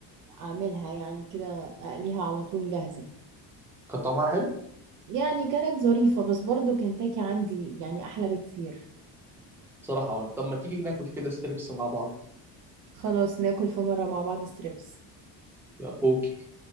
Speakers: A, on the right; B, in the centre.
A: اعملها يعني كده اقليها على طول جاهزة
B: كان طعمها حلو
A: يعني كانت ظريفة بس برضو كنتاكي عندي يعني احلى بكتير
B: بصراحه وانا طب ما تيجي ناكل كده ستريبس مع بعض
A: خلاص ناكل في مرة مع بعض ستريبس
B: يا اوكي